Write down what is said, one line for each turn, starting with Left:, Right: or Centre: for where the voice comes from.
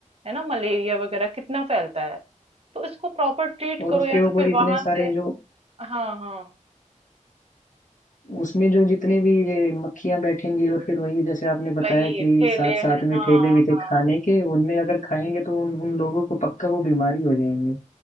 Right: है ना मलेरिया वगैरह कितना फैलता है तो इसको प्रॉपर ट्रीट
Left: और
Right: करो
Left: उसके
Right: या तो
Left: ऊपर
Right: फिर
Left: इतने
Right: वहां
Left: सारे
Right: से
Left: जो
Right: हाँ, हाँ,
Left: उसमें जो जितने भी ये मक्खियां बैठेंगी और फिर वही जैसे आपने बताया
Right: वही
Left: कि
Right: ठेले
Left: साथ साथ
Right: हैं। हाँ,
Left: में ठेले भी थे
Right: हाँ।
Left: खाने के उनमें अगर खाएंगे तो उन उन लोगों को पक्का वो बीमारी हो जाएंगे